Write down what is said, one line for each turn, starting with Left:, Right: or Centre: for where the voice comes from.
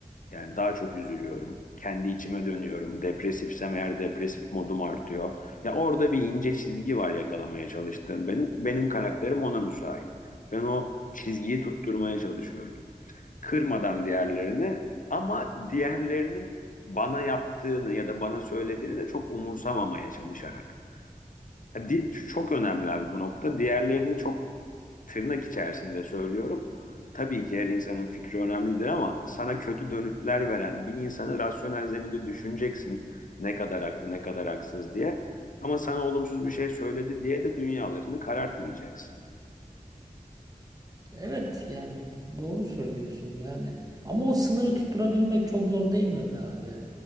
Left: Yani daha çok üzülüyorum. Kendi içime dönüyorum. Depresifsem eğer depresif modum artıyor. Ya orada bir ince çizgi var yakalamaya çalıştığım benim. Benim karakterim ona müsait. Ben o çizgiyi tutturmaya çalışıyorum. Kırmadan diğerlerini ama diğerlerinin bana yaptığını ya da bana söylediğini de çok umursamamaya çalışarak. Ya di- çok önemli abi bu nokta. Diğerlerini çok tırnak içerisinde söylüyorum. Tabii ki her insanın fikri önemlidir ama sana kötü dönütler veren bir insanı rasyonel zeminde düşüneceksin. Ne kadar haklı, ne kadar haksız diye. Ama sana olumsuz bir şey söyledi diye de dünyalarını karartmayacaksın.
Right: Evet yani doğru söylüyorsun yani ama o sınırı tutturabilmek çok zor değil mi be abi?